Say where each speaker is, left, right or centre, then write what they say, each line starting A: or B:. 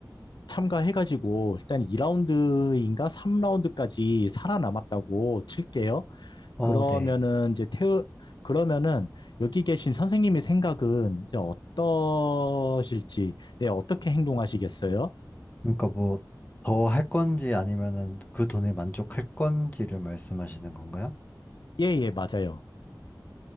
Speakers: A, on the left (about 85°); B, on the left (about 20°).
A: 참가해가지고 일단 2라운드인가 3라운드까지 살아남았다고 칠게요.
B: 어,
A: 그러면은
B: 네.
A: 이제 태우 그러면은 여기 계신 선생님의 생각은 이제 어떠실지, 네, 어떻게 행동하시겠어요?
B: 그러니까 뭐, 더 할 건지 아니면은 그 돈에 만족할 건지를 말씀하시는 건가요?
A: 예, 예, 맞아요.